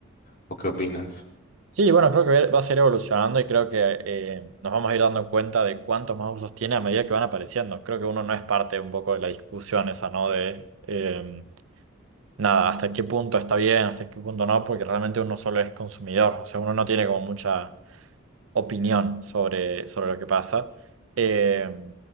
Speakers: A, on the left; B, on the right.
A: o qué opinas?
B: Sí, bueno, creo que va a ser evolucionando y creo que eh, nos vamos a ir dando cuenta de cuántos más usos tiene a medida que van apareciendo. Creo que uno no es parte un poco de la discusión esa, ¿no? De eh, nada, hasta qué punto está bien, hasta qué punto no, porque realmente uno solo es consumidor, o sea, uno no tiene como mucha opinión sobre, sobre lo que pasa. Eh,